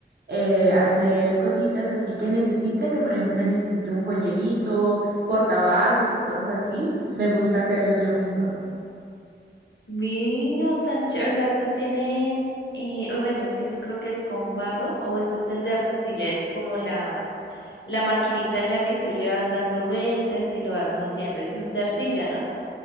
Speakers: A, on the right; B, on the left.
A: eh, hacer cositas así que necesite, que por ejemplo necesite un joyerito, portavasos y cosas así, me gusta hacerlos yo misma.
B: Mira, tan chévere. O sea, tú tienes, eh, uy, bueno, es que eso creo que es con barro o ese es el de arcilla, el- como la, la maquinita en la que tú le vas dando vueltas y lo vas moldeando. Eso es de arcilla, ¿no?